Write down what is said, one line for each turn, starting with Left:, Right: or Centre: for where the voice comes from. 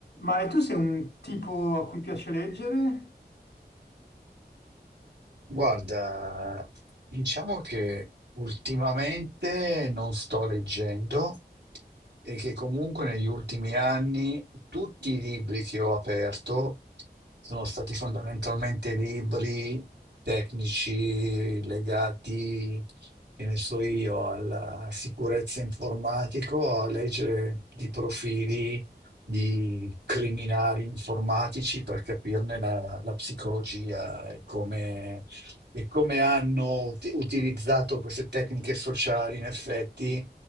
Left: Ma e tu sei un tipo a cui piace leggere?
Right: Guarda, diciamo che ultimamente non sto leggendo e che comunque negli ultimi anni tutti i libri che ho aperto sono stati fondamentalmente libri tecnici legati, che ne so io, alla sicurezza informatica, o a leggere di profili di criminali informatici per capirne la, la psicologia e come e come hanno ut- utilizzato
Left: Ah,
Right: queste tecniche sociali, in effetti,